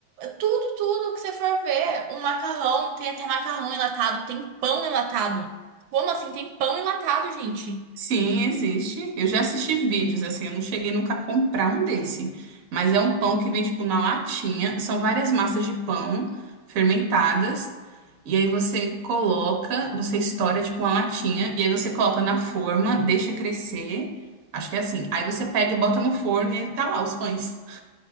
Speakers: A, on the right; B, on the right.
A: tudo, tudo que você for ver. O macarrão, tem até macarrão enlatado, tem pão enlatado. Como assim? Tem pão enlatado, gente.
B: Sim, existe. Eu já assisti vídeos, assim, eu não cheguei nunca a comprar um desse. Mas é um pão que vem, tipo, na latinha. São várias massas de pão fermentadas. E aí você coloca, você estoura, tipo, uma latinha. E aí você coloca na forma, deixa crescer. Acho que é assim. Aí você pega e bota no forno e aí tá lá os pães.